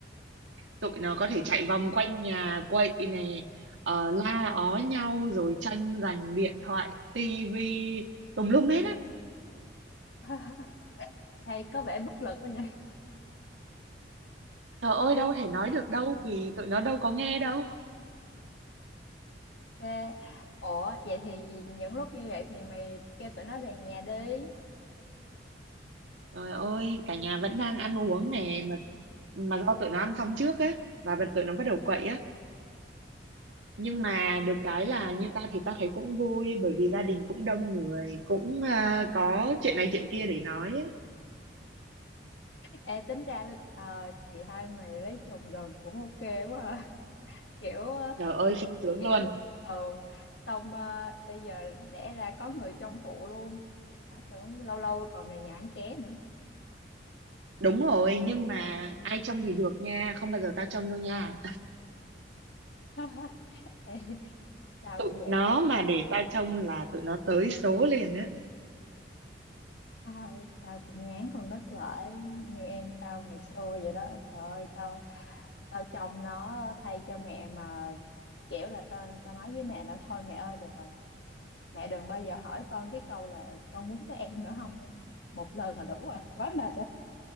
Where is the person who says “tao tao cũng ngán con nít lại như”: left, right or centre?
Left